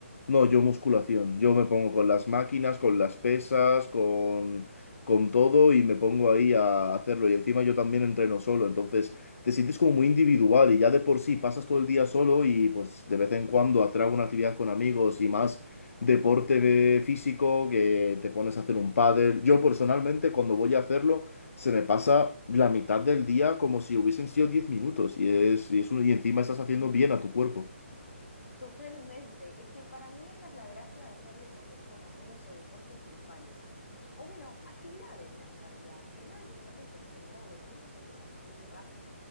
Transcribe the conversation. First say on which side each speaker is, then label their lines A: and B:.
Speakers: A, on the left; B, on the left.
A: No, yo musculación. Yo me pongo con las máquinas, con las pesas, con, con todo y me pongo ahí a hacerlo. Y encima yo también entreno solo, entonces te sientes como muy individual y ya de por sí pasas todo el día solo y pues de vez en cuando hacer alguna actividad con amigos y más deporte de- físico que te pones a hacer un pádel. Yo personalmente cuando voy a hacerlo se me pasa la mitad del día como si hubiesen sido diez minutos y es, y es un- y encima estás haciendo bien a tu cuerpo.
B: Totalmente. Es que para mí esa es la gracia de hacer deportes con amigos o deportes grupales. O bueno, actividades en realidad, actividades grupales en general. El tiempo se te pasa muy rápido.